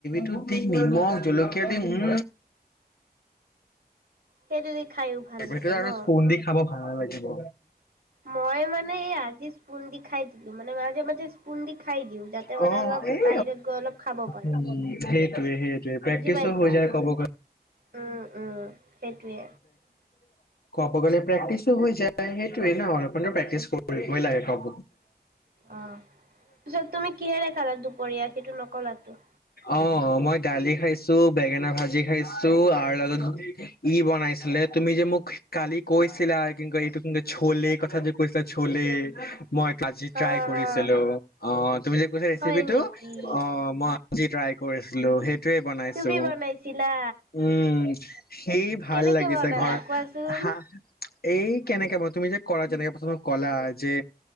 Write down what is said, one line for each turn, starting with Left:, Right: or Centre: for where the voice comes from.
Left: টো দি নিমখ জলকীয়া দিম উম
Right: হেইটো দি খায়ো ভাল
Left: সেইটো
Right: লাগে
Left: আৰু
Right: নহ,
Left: স্পুন দি খাব ভাল লাগিব
Right: মই মানে এই আজি স্পুন দি খাই দি মানে মাজে মাজে স্পুণ দি খাই দিওঁ, যাতে মানে
Left: অ
Right: অলপ
Left: এই
Right: বাহিৰত গৈ অলপ খাব পাৰো।
Left: উম সেইটোৱে সেইটোৱে প্ৰেক্টিচো
Right: বুজি পাইছা
Left: হৈ যায় কব
Right: উম উম সেইটোৱে
Left: ক'ব গ'লে প্ৰেক্টিচো হৈ যায় সেইটোৱে নহ, অলপমান প্ৰেক্টিচ কৰিবই লাগে। কব
Right: অহ পিছত তুমি কিহেৰে খালা দুপৰীয়া সেইটো নকলাতো?
Left: অহ মই দালি খাইছো, বেঙেনা ভাজি খাইছো, আৰু লগত ইহ বনাইছিলে তুমি যে মোক কালি কৈছিলা, কিন্তু এইটো চলে কথা‌ যে কৈছে যে চলে মই টিয়াই
Right: হা
Left: কৰিছিলো
Right: হা
Left: অহ তুমি যে কৈছিলা ৰেচিপিটো
Right: হয় নেকি
Left: অহ মই আজি টিৰাই কৰিছিলো সেই ভাতে বনাইছো
Right: তুমি বনাইছিলা
Left: উম সেই ভাল
Right: কেনেকে
Left: লাগিছে
Right: বনালা
Left: ঘৰ
Right: কোৱাচোন
Left: হা এই কেনেকে মানে তুমি যে কৰা যেনেকে প্ৰথম কলা যে